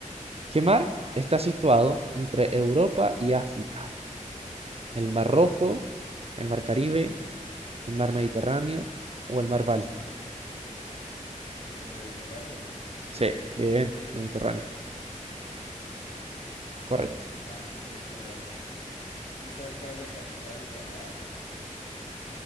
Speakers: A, on the right; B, on the left.
A: ¿Qué mar está situado entre Europa y África? ¿El Mar Rojo, el Mar Caribe, el Mar Mediterráneo o el Mar Báltico?
B: El Mediterráneo.
A: Sí, bien, Mediterráneo, correcto.
B: Bye, yo te tengo otra. ¿Tú sabes cuál es la capital de Canadá?